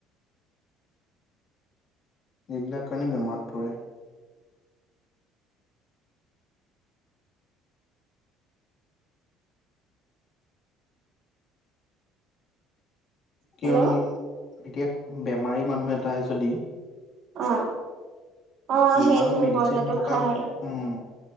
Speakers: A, on the left; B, on the right.
A: এইবিলাকৰ কাৰণে বেমাৰত পৰে।
B: হেল্ল'
A: কিয়নো এতিয়া বেমাৰী মানুহ এটাই যদি
B: অ', অ,
A: ইমান
B: সেইটোই
A: মেডিচিন
B: বইলাৰটো
A: থকা
B: খাই।
A: উম,